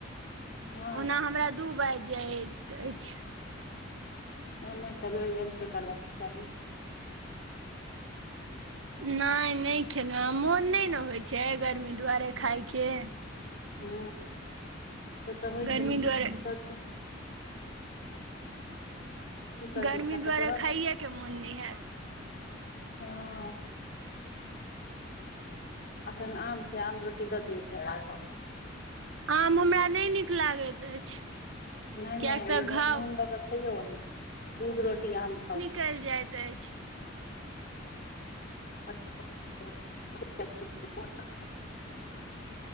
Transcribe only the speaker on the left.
हँ
नहि नहि सबेर जलखै करबाक चाही
हू से तऽ होइ
छै लेकिन
की करतै की करतै
खाय तऽ
पड़त
हँ अखन आम छै आम रोटी दऽ दियौ <unintelligible>
नहि
नहि
ओमे नून दऽ क खैयौ आंहा दूध रोटी आम खाउ
<unintelligible>